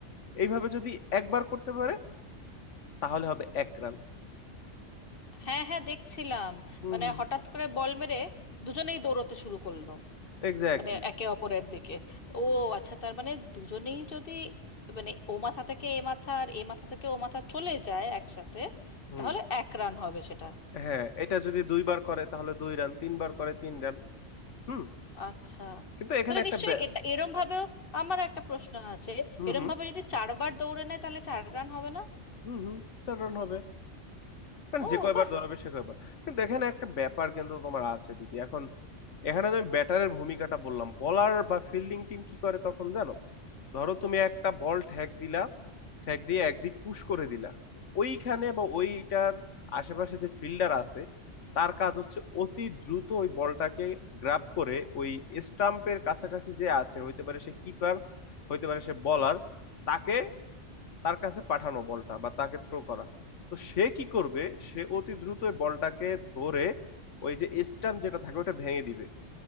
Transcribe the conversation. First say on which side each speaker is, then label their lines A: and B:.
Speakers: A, on the left; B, on the left.
A: এইভাবে যদি একবার করতে পারে তাহলে হবে এক রান
B: হ্যাঁ হ্যাঁ দেখছিলাম
A: হুম
B: মানে
A: হুম
B: হঠাৎ করে বল মেরে দুজনেই দৌড়তে শুরু করলো
A: এক্স্যাক্টলি
B: মানে একে অপরের দিকে ও
A: হুম exactly.
B: আচ্ছা তার মানে দুজনেই যদি মানে ও মাথা থেকে এ মাথা আর এ মাথা থেকে ও মাথা চলে যায় একসাথে
A: হুম
B: তাহলে
A: হুম।
B: এক রান হবে সেটা
A: হ্যাঁ এটা যদি দুইবার করে তাহলে দুই রান তিনবার করে তিন রান হুম
B: আচ্ছা
A: কিন্তু এখানে
B: তাহলে
A: একটা
B: নিশ্চয়ই
A: ব্যা-
B: এটা এরম ভাবেও আমার একটা প্রশ্ন আছে
A: হুম
B: এরম
A: হুম
B: ভাবে যদি চারবার দৌড়ে নেয় তাহলে চার রান হবে না
A: হুম হুম চার রান হবে কারণ
B: ও
A: যে কয়বার
B: বাহ
A: দৌড়াবে সে কয়বার কিন্তু এখানে একটা ব্যাপার কিন্তু তোমার আছে দিদি এখন এখানে আমি ব্যাটারের ভূমিকাটা বললাম বলার বা ফিল্ডিং টিম কি করে তখন জানো ধরো তুমি একটা বল ঠ্যাক দিলা ঠ্যাক দিয়ে একদিক পুশ করে দিলা তো ওইখানে বা ওইটার আশেপাশে যে ফিল্ডার আছে তার কাজ হচ্ছে অতি দ্রুত ওই বলটাকে গ্রাব করে ওই স্টাম্পের কাছাকাছি যে আছে হইতে পারে সে কিপার হইতে পারে সে বলার তাকে তার কাছে পাঠানো বলটা বা তাকে থ্রো করা তো সে কি করবে সে অতি দ্রুত ওই বলটাকে ধরে ওই যে স্টাম্প যেটা থাকে ওটা ভেঙে দিবে